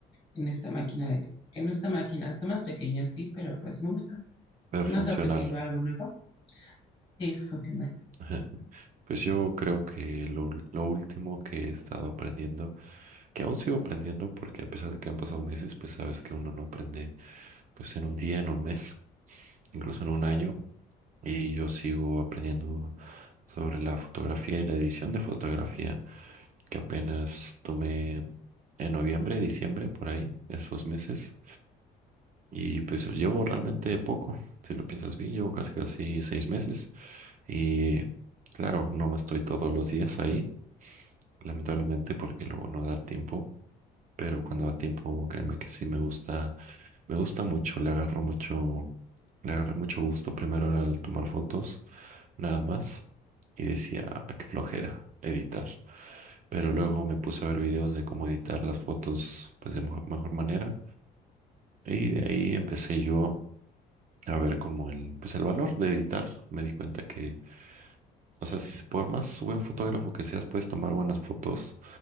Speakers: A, on the left (about 15°); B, on the right (about 50°).
A: en esta máquina de, en esta máquina, está más pequeña, sí, pero pues me gusta.
B: Pero
A: ¿Tú
B: funcional.
A: no has aprendido algo nuevo? Sí, es funcional.
B: <laughs> Pues yo creo que lo, lo último que he estado aprendiendo, que aún sigo aprendiendo, porque a pesar de que han pasado meses, pues sabes que uno no aprende pues en un día, en un mes, incluso en un año. Y yo sigo aprendiendo sobre la fotografía y la edición de fotografía, que apenas tomé en noviembre, diciembre, por ahí, esos meses. Y pues llevo realmente poco, si lo piensas bien, llevo casi casi seis meses. Y claro, no estoy todos los días ahí, lamentablemente, porque luego no da el tiempo. Pero cuando da tiempo, créeme que sí me gusta Me gusta mucho, le agarro mucho, le agarré mucho gusto. Primero era el tomar fotos, nada más. Y decía, "Ah, qué flojera editar. Pero luego me puse a ver videos de cómo editar las fotos pues, de mo- mejor manera. Y de ahí empecé yo a ver como el, pues, el valor de editar. Me di cuenta que, o sea, si- por más buen fotógrafo que seas, puedes tomar buenas fotos